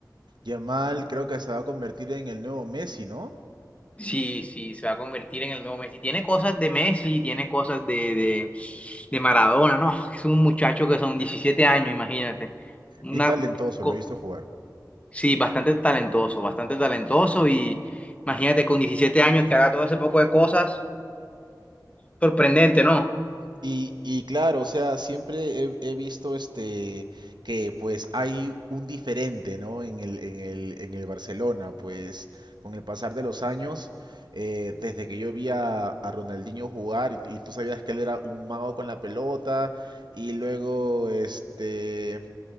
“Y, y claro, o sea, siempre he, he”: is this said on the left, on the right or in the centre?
Right